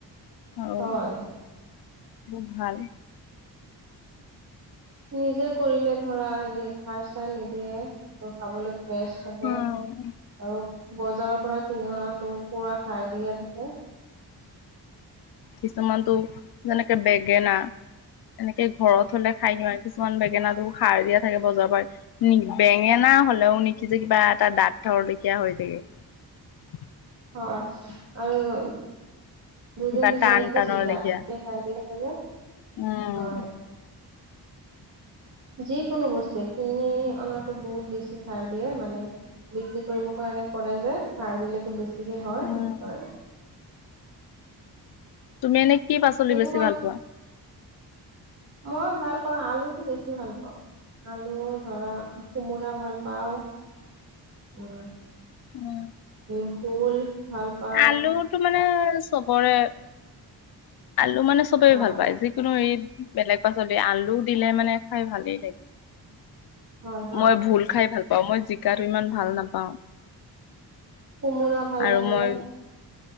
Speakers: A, on the left; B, on the right.
A: অ বহুত
B: হয়
A: ভাল।
B: নিজে কৰিলে ধৰা হেৰি সাৰ চাৰ নিদিয়ে। টো খাবলে ফ্ৰেছ থাকে
A: উম।
B: আৰু বজাৰৰ পৰা কিনি অনাটো পুৰা সাৰ দিয়া থাকে।
A: কিছুমানটো যেনেকে বেগেনা এনেকে ঘৰত হ'লে খাই কি কিছুমান বেগেনাটো সাৰ দিয়া থাকে। বজাৰৰ পৰা বেঙেনা হলেও নিসিজে কিবা। টা দাঁত থৰলেকিয়া হৈ থাকে।
B: হয় আৰু দুদিন
A: কিবা
B: পিছত
A: টান
B: পচি
A: টানৰ
B: যায়।
A: লেখীয়া
B: সাৰ দিয়া থাকে যে,
A: উম
B: হয় যিকোনো বস্তুৱে। কিনি অনাতো বহুত বেছি সাৰ দিয়ে। মানে বিক্ৰী কৰিবৰ কাৰণে কৰে যে। সাৰ দিলেতো বেছি তিয়ে হয়
A: উম
B: সেইটো কাৰণে।
A: তুমি এনে কি পাচলি
B: সেইটো
A: বেছি
B: কাৰণে
A: ভাল পোৱা?
B: মই ভাল আলুটো বেছি ভাল পাওঁ। আলু ধৰা কোমোৰা ভাল পাওঁ। উ
A: উম
B: স ভোল ভাল পাওঁ
A: আলুটো মানে চবৰে আলু মানে চবেই
B: হয়
A: ভাল পায়। যিকোনো এই বেলেগ পাচলি আলু দিলে মানে খাই ভালেই লাগে।
B: হয় হয়
A: মই ভোল খাই ভাল পাওঁ। মই জিকাটো ইমান ভাল নাপাওঁ।
B: কোমোৰা ভাল
A: আৰু
B: লাগে
A: মই